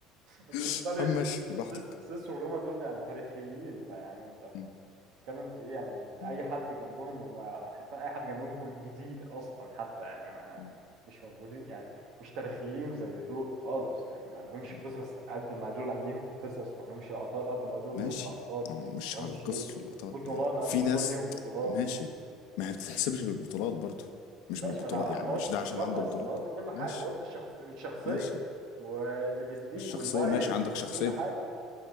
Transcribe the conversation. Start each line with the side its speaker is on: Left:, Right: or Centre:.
Right: بالنسبه
Left: يا
Right: لي
Left: عم ماشي براحتك
Right: سيس, سيس ورومان دول يعني تاريخيين فيعني انت
Left: مم.
Right: بتتكلم في ايه يعني
Left: مم.
Right: اي حد جنبهم وما حرفيا اي حد جنبهم جو- جديد اصلا حتى يعني ما
Left: مم.
Right: مش موجودين يعني مش تاريخيين زي دول خالص يعني ما لهمش
Left: آه.
Right: قصص قد ما دول ليهم قصص ما لهمش لقطات قد ما دول
Left: ماشي
Right: ليهم لقطات
Left: ما هو مش
Right: ما لهمش
Left: على القصص واللقطات
Right: بطولات
Left: يعني
Right: قد
Left: في
Right: ما
Left: ناس
Right: دول ليهم بطولات
Left: ماشي ما هي بتتحسبش بالبطولات برضو مش
Right: ماشي
Left: بالبطولات
Right: ما انا
Left: يعني
Right: انا ما قلتش
Left: مش ده
Right: البطولات
Left: عشان عنده
Right: بس
Left: بطولات
Right: انا قلت كل حاجه
Left: ماشي
Right: قلت الشخص الشخصيه
Left: ماشي
Right: واللي بيديه
Left: الشخصية
Right: والمايك
Left: ماشي عندك
Right: وكل
Left: شخصية
Right: حاجه